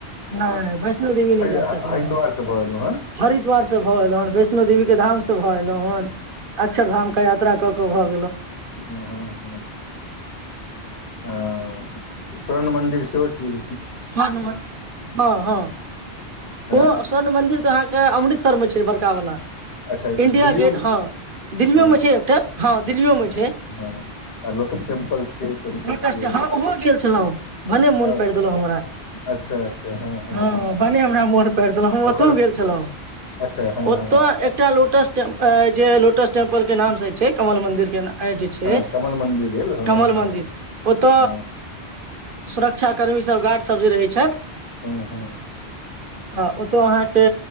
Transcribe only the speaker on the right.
नहि वैष्णो देवी नहि जा
सकलहु हेन,
हरिद्वार से भ एलहु हेन, वैष्णो देवी
के धाम से भ एलहुं हेन अक्षर धाम क यात्रा क क भ
स्वर्ण मन्दिर, हां हां।
ओ स्वर्ण मन्दिर त अहाँके अमृत सरमे छै बड़कावला।
इंडिया
गेट, हँ दिल्लियो
मे छै एकटा हँ दिल्लियो मे
छै,
लोटस,
हँ ओहो गेल छलहुं, भने मोन
पारि देलहुं हमरा हँ
भने हमरा मोन पाड़ि देलहुं, हम ओतहु
गेल छलहुं,
ओत
एकटा लोटस टेम जे लोटस टेम्पल के नाम से छै कमल मंदिर के नाम जे छै
कमल
मंदिर ओत
सुरक क्षाकर्मी सब गार्ड सब जे रहै छथि।
हं ओत अहाँके